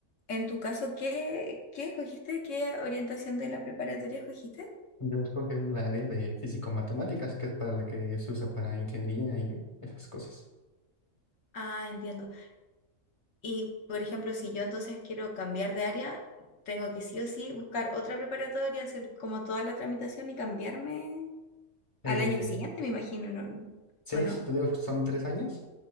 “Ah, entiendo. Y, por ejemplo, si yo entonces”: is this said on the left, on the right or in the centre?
Left